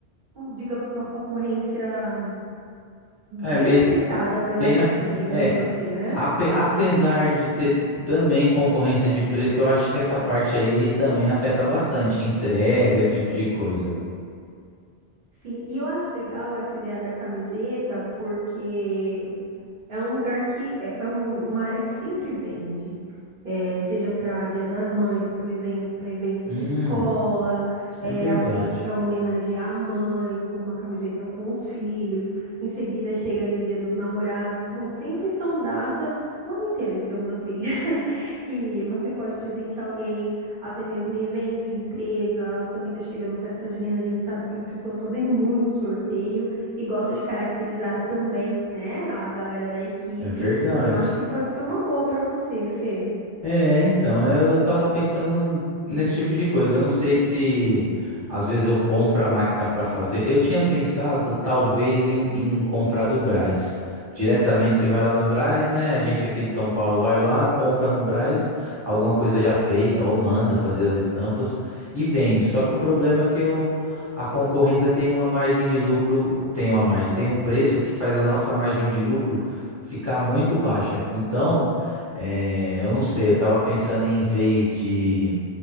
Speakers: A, on the right (about 55°); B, on the left (about 15°).
A: um, digamos que uma concorrência bem
B: É meio
A: afetada pela
B: bem
A: Shopee,
B: a-
A: digamos
B: é
A: assim, né?
B: ape- apesar de ter também concorrência de preço, eu acho que essa parte aí também afeta bastante entrega, esse tipo de coisa.
A: Sim, e eu acho legal essa ideia da camiseta, porque é um lugar que é, é um- uma área que sempre vende, É, seja para Dia das Mães, por exemplo, para eventos
B: Hum,
A: de escola, é,
B: é verdade.
A: alguém que quer homenagear a mãe com uma camiseta com os filhos, em seguida chega ali o Dia dos Namorados, e são sempre são datas o ano inteiro, digamos assim que você pode presentear alguém, até mesmo em evento, em empresa. Também tá chegando festa junina, a gente sabe que as pessoas fazem muito sorteio e gosta de caracterizar também, né, a galera da equipe.
B: É verdade.
A: Eu acho que pode ser uma boa para você, Fê.
B: É, então, eu tava pensando nesse tipo de coisa. Eu não sei se às vezes eu compro a máquina para fazer. Eu tinha pensado talvez em, em comprar do Brás. Diretamente você vai lá no Brás, né? A gente aqui de São Paulo vai lá, compra no Brás alguma coisa já feita ou manda fazer as estampas e vende. Só que o problema é que eu, a concorrência tem uma margem de lucro, tem uma margem, tem um preço que faz a nossa margem de lucro ficar muito baixa. Então. É, eu não sei, eu tava pensando em vez de